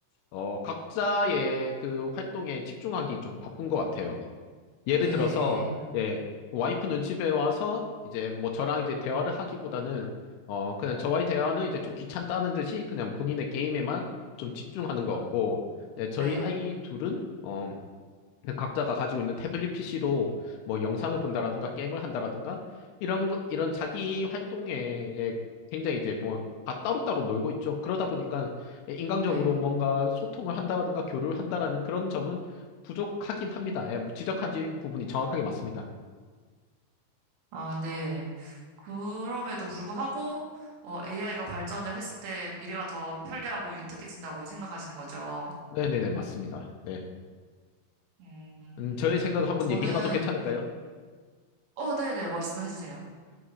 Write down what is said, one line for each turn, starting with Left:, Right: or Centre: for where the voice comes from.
Left: 어, 각자의 그 활동에 집중하기 좀 바쁜 것 같아요. 예를
Right: 네,
Left: 들어서, 예, 와이프는 집에 와서 이제 뭐 저랑 이제 대화를 하기보다는, 어, 그냥 저와의 대화는 이제 좀 귀찮다는 듯이 그냥 본인의 게임에만 좀 집중하는
Right: 음,
Left: 것 같고, 예, 저희
Right: 네,
Left: 아이 둘은, 어, 그 각자가 가지고 있는 태블릿 PC로 뭐 영상을 본다라든가 게임을 한다라든가 이런 거- 이런 자기 활동에 예, 굉장히 이제 뭐 다 따로따로 놀고 있죠. 그러다 보니까 예, 인간적으로
Right: 네.
Left: 뭔가 소통을 한다라든가 교류를 한다라는 그런 점은 부족하긴 합니다. 예, 지적하신 부분이 정확하게 맞습니다.
Right: 아, 네. 그럼에도 불구하고, AI가 발전을 했을 때 미래가 더 편리하고 윤택해진다고 생각하시는 거죠.
Left: 네네네, 맞습니다. 네.
Right: 음,
Left: 음, 저의 생각을 한번
Right: 저는,
Left: 얘기해봐도 괜찮을까요?
Right: 어, 네네, 말씀해 주세요.